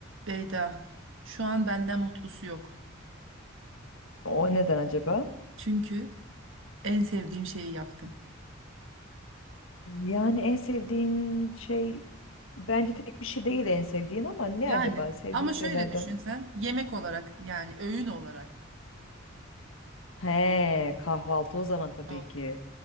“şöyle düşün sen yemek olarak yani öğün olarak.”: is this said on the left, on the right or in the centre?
Right